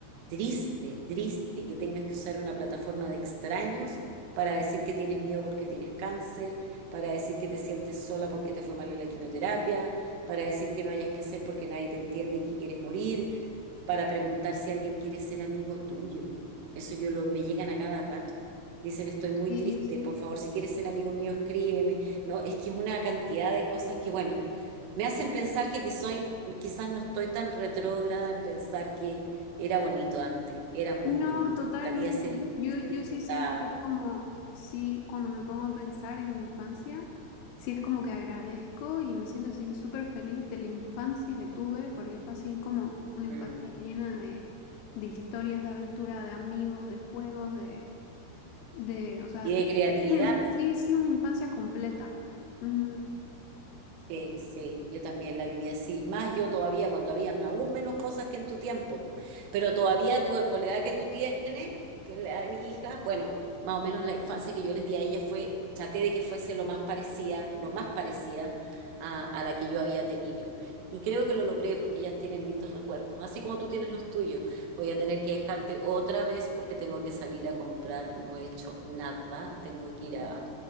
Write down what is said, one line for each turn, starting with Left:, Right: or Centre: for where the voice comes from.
Right: Triste, triste que tengas que usar una plataforma de extraños para decir que tienes miedo porque tienes cáncer, para decir que te sientes sola porque te fue mal en la quimioterapia, para decir que no hayas que hacer porque nadie te entiende y que quieres morir, para preguntar si alguien quiere ser amigo tuyo. Eso yo lo, me llegan a cada rato. Dicen, estoy muy
Left: sí,
Right: triste,
Left: sí.
Right: por favor, si quieres ser amigo mío, escríbeme. No, es que es una cantidad de cosas que, bueno, me hacen pensar que, que soy, quizás no estoy tan retrógrada en pensar que era bonito antes, era muy
Left: No,
Right: bonito.
Left: totalmente.
Right: La vida se vivía
Left: Yo,
Right: y se
Left: yo
Right: disfrutaba.
Left: sí siento que es como, sí, cuando me pongo a pensar en mi infancia, sí es como que agradezco y me siento así súper feliz de la infancia que tuve, porque fue así como una infancia
Right: Mm.
Left: llena de, de historias, de aventura, de amigos, de juegos, de... de, o sea,
Right: Y de creatividad,
Left: una- sí, sí, una infancia completa. Ujú.
Right: Sí, sí, yo también la viví así. Más yo todavía, cuando había aún menos cosas que en tu tiempo. po. Pero todavía tu, con la edad que tú tienes, tienes la edad de mis hijas, bueno, más o menos la infancia que yo les di a ellas fue, traté de que fuese lo más parecida, lo más parecida a, a la que yo había tenido. Y creo que lo logré porque ellas tienen lindos recuerdos, así como tú tienes los tuyos. Voy a tener que dejarte otra vez porque tengo que salir a comprar, no he hecho nada, tengo que ir a